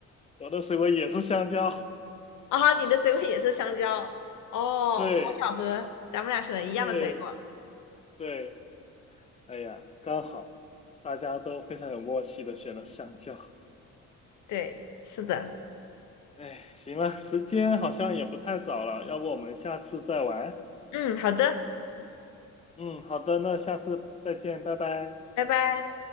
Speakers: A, on the left (about 20°); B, on the left (about 75°).
A: 我的水果也是香蕉。
B: 啊，你的水果也是香蕉，哦，
A: 对，
B: 好巧合，咱们俩选了一样的水果。
A: 对，对。哎呀，刚好，大家都非常有默契的选了香蕉。
B: 对，是的，
A: 哎，行了，时间好像也不太早了，要不我们下次再玩？
B: 嗯，好的，
A: 嗯，好的，那下次再见，拜拜。
B: 拜拜。